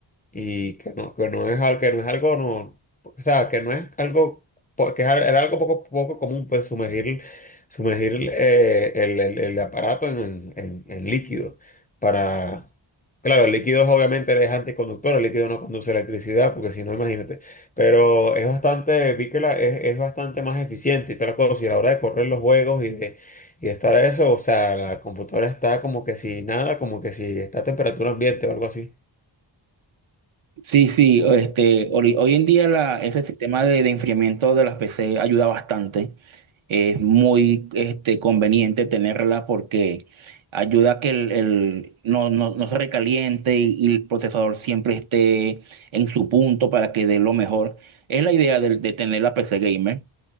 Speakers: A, on the left; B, on the right.
A: y que no, que no es, al- que no es algo, no, o sea, que no es algo, po- que es al- era algo poco, poco común, pues sumergir, sumergir eh, el, el- el aparato en, en- en líquido para... Claro, el líquido es obviamente es anticonductor, el líquido no conduce electricidad, porque si no, imagínate. Pero es bastante, vi que la- es, es bastante más eficiente y toda la cosa. Y a la hora de correr los juegos y de, y de estar a eso, o sea, la computadora está como que si nada, como que si está a temperatura ambiente o algo así.
B: Sí, sí, este, hoy, hoy en día la, ese sistema de, de enfriamiento de las PC ayuda bastante. Es muy este, conveniente tenerla porque ayuda a que el, el- no, no- no se recaliente y, y el procesador siempre esté en su punto para que dé lo mejor. Es la idea de, de tener la PC gamer,